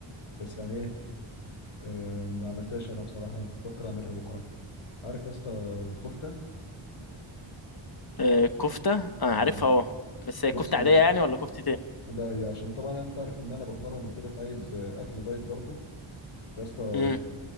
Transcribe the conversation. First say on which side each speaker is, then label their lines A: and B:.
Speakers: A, on the left (about 85°); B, on the left (about 45°).
A: بس يعني ايه آه ما عملتهاش انا بصراحه بفكر اعملها بكره عارف يا اسطى الكفته
B: آه كفتة انا
A: اه
B: عارفها اه بس هي
A: بص
B: كفتة
A: أقول
B: عادية
A: لك.
B: يعني ولا كفتة ايه
A: لا هي عشان طبعا انت عارف ان انا بتمرن وكده فعايز آه، اكل دايت برضو فيا اسطى
B: امم